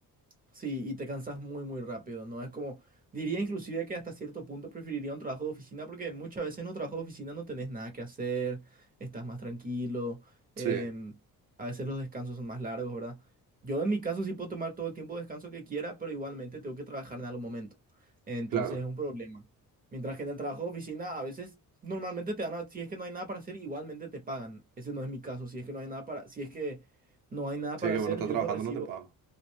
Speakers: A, on the right (about 25°); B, on the right (about 65°).
A: Sí, y te cansas muy, muy rápido, ¿no? Es como, diría inclusive que hasta cierto punto preferiría un trabajo de oficina porque muchas veces en un trabajo de oficina no tenés nada que hacer, estás más tranquilo, em,
B: Sí,
A: a veces los descansos son más largos, ¿verdad? Yo en mi caso sí puedo tomar todo el tiempo de descanso que quiera, pero igualmente tengo que trabajar en algún momento. Entonces
B: claro.
A: es un problema. Mientras que en el trabajo de oficina a veces normalmente te dan, a- si es que no hay nada para hacer, igualmente te pagan. Ese no es mi caso, si es que no hay nada para, si es que no hay nada
B: Sí,
A: para
B: que
A: hacer,
B: bueno, estás
A: yo
B: trabajando,
A: no recibo.
B: no te pagan.